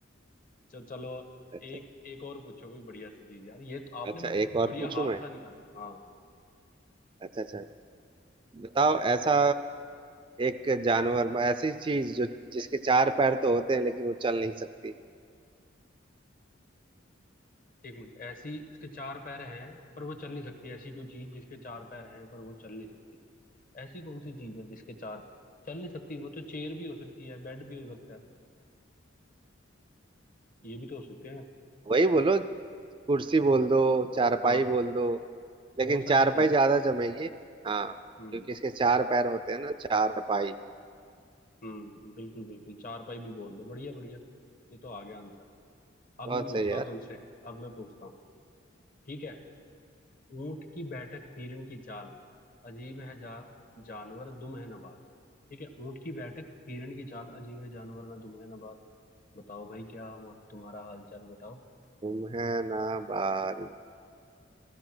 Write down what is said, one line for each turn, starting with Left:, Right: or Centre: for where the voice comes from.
Left: चल चलो
Right: अच्छा
Left: एक एक और पूछो कोई बढ़िया सी चीज यार ये तो आपने
Right: अच्छा
Left: मतलब
Right: एक और
Left: बढ़िया
Right: पूछूं
Left: हार्ड
Right: मैं
Left: सा निकाला हाँ
Right: अच्छा अच्छा बताओ ऐसा एक जानवर ऐसी चीज जो जिसके चार पैर तो होते हैं लेकिन वो चल नहीं सकती
Left: एक मिनट ऐसी उसके चार पैर हैं पर वो चल नहीं सकती ऐसी कोई चीज जिसके चार पैर हैं पर वो चल नहीं सकती ऐसी कौन सी चीज है जिसके चार चल नहीं सकती वो तो चेयर भी हो सकती है बेड भी हो सकता है ये भी तो हो सकते हैं
Right: वही बोलो कुर्सी बोल दो चारपाई
Left: हाँ
Right: बोल दो लेकिन
Left: बहुत सारी
Right: चारपाई
Left: चीजें
Right: ज्यादा जमेगी हाँ
Left: हम्म
Right: क्योंकि इसके चार पैर होते हैं ना चारपाई
Left: हम्म बिल्कुल बिल्कुल चार पाई भी बोल दो बढ़िया बढ़िया ये तो आ गया आंसर अब
Right: बहुत
Left: मैं पूछता
Right: सही यार
Left: हूँ तुमसे अब मैं पूछता हूँ ठीक है ऊंट की बैठक हिरन की चाल अजीब है जा जानवर दुम है ना बाल ठीक है ऊंट की बैठक हिरन की चाल अजीब है जानवर ना दुम है ना बाल बताओ भाई क्या हम तुम्हारा हाल चाल बताओ
Right: तुम है ना बार